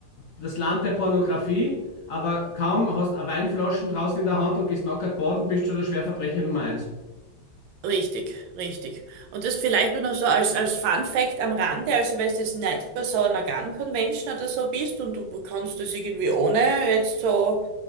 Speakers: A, on the left; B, on the right.
A: das Land der Pornografie, aber kaum hast du Weinflaschen draußen in der Hand und gehst nackert baden, bist du der Schwerverbrecher Nummer eins.
B: Richtig, richtig. Und das vielleicht nur noch so als, als Fun Fact am Rande, also wenn du jetzt nicht bei so einer Gun Convention oder so bist und du kannst das irgendwie ohne jetzt so